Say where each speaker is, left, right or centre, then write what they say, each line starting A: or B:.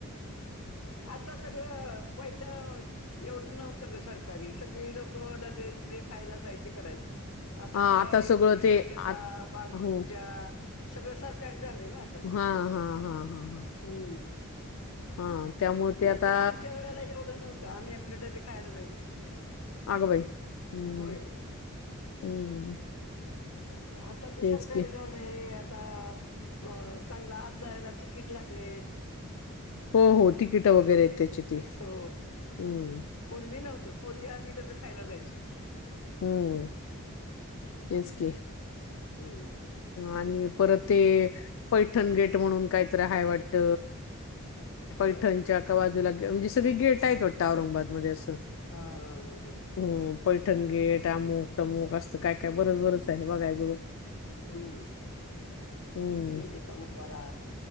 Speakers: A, on the left; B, on the left.
A: आता सगळं पहिलं एवढं नव्हतं ग सरकारी सगळी लोक डबे बिबे खायला जायचे करायचे आता
B: हा
A: काय
B: सगळं
A: सगळी
B: ते
A: स्वच्छता
B: आ
A: बाग बगीचा
B: हो
A: सगळं सरकारी झाले ना आता ते,
B: हा हा हा हा हा
A: हम्म.
B: हा. त्यामुळे ते
A: नाहीतर
B: आता
A: आमच्या वेळेला एवढं नव्हतं आम्ही आपले डबे खायला जायचो.
B: अगबाई, हम्म,
A: होय
B: हम्म.
A: आता ते
B: तेच
A: सरकारीला
B: की
A: लंय आता, अ चांगला आज जायला तिकीट लागलेत.
B: हो हो तिकीट वगैरे त्याची ती
A: हो,
B: हम्म
A: पूर्वी नव्हते पूर्वी आम्ही डबे खायला जायचो.
B: हम्म, तेच की,
A: हम्म
B: आणि परत ते पैठण गेट म्हणून कायतर हाय वाटत.
A: होय
B: पैठणच्या का बाजूला म्हणजे सगळी गेट आहेत वाटतं औरंगाबादमध्ये अस.
A: हा हा हा हा
B: हम्म पैठण गेट. त्यामुक तममुक असत काय काय बरच बरच आहे बघायजळ
A: हम
B: हम्म
A: बीबीचा मकबरा